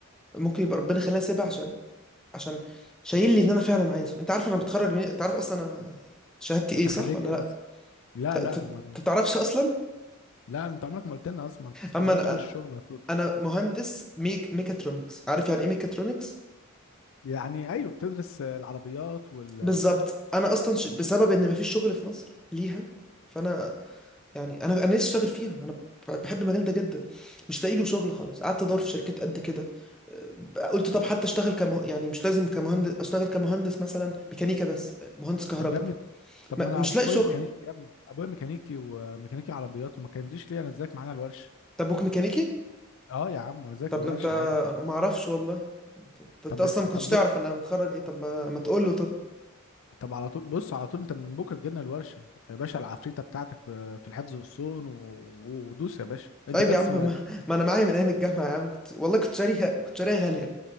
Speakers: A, in the centre; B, on the left.
A: ممكن يبقى ربنا يخليني اسيبها عشان عشان شايل لي ان انا فعلا عايزه انت عارف انا بتخرج من انت عارف اصلا انا شهادتي
B: انت
A: ايه صح
B: خريج
A: ولا
B: ايه
A: لا
B: اصلا لا
A: ت- ت-
B: لا ما...
A: انت بتعرفش اصلا
B: لا انت عمرك ما قلت لنا اصلا ما بتسكنناش
A: اما انا
B: غير الشغل على طول
A: انا مهندس ميك ميكاترونكس عارف يعني ايه ميكاترونكس
B: يعني ايوه بتدرس آه، العربيات وال
A: بالظبط انا اصلا ش... بسبب ان مفيش شغل في مصر ليها فانا يعني انا انا نفسي اشتغل فيها انا ب- بحب المجال ده جدا مش لاقي له شغل خالص قعدت ادور في شركات قد كده أه، قلت طب حتى اشتغل كم يعني مش لازم كمهندس اشتغل كمهندس مثلا ميكانيكا بس أه، مهندس كهرباء
B: طب يا ابني طب
A: ما-
B: ما انا
A: مش
B: ابويا
A: لاقي شغل
B: ميكانيكي يا ابني ابويا ميكانيكي وميكانيكي عربيات وما كلمتنيش ليه انزلك معانا الورشه
A: طب بوك ميكانيكي
B: اه يا عم انا ذاك
A: طب
B: الورشه
A: ما انت
B: عادي
A: انا ما اعرفش والله انت, انت انت
B: طب
A: اصلا ما كنتش
B: طب
A: تعرف
B: بص
A: انا متخرج ايه طب ما, ما تقول له طب
B: طب على طول بص على طول انت من بكره تجيلنا الورشه يا باشا العفريته بتاعتك في الحفظ والصون و- و- ودوس يا باشا انت
A: طيب
B: بس
A: يا عم ما, ما انا معايا من ايام الجامعه يا عم كنت والله كنت شاريها كنت شاريها غاليه